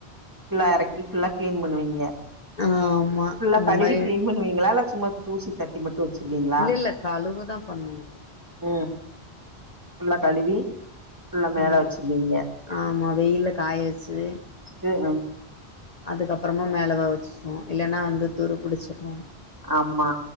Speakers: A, on the right; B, on the left.
A: ஃபுல்லா எறக்கி ஃபுல்லா க்ளீன் பண்ணுவீங்க
B: ஆமா
A: ஃபுல்லா
B: அந்த
A: கழுவி
B: மாரி
A: கிளீன் பண்ணுவீங்ளா இல்ல சும்மா தூசி தட்டி மட்டு வச்சிருவீங்ளா
B: இல்ல இல்ல கழுவுதா பண்ணுவோ
A: ம் ஃபுல்லா கழுவி ஃபுல்லா மேல
B: ஆ
A: வச்சிருவீங்க
B: ஆமா வெயில்ல காய வச்சு
A: சே அ
B: அதுக்கப்றோமா மேல வ வச்சுருவோ இல்லன்னா வந்து துரு பிடிச்சிருனு
A: ஆமா